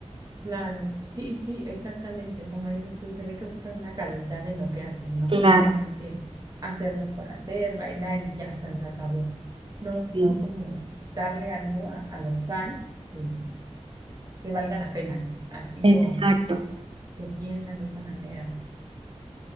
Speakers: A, on the right (about 30°); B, on the right (about 45°).
A: Claro, sí, sí, exactamente. Como dices tú, se ve que buscan una calidad en lo que hacen, ¿no?
B: Claro,
A: No solamente hacerlo por hacer, bailar y ya se nos acabó. No, sino
B: sí,
A: como darle algo a, a los fans que, que valga la pena, ¿no? Así
B: exacto.
A: lo, lo piensan de esa manera.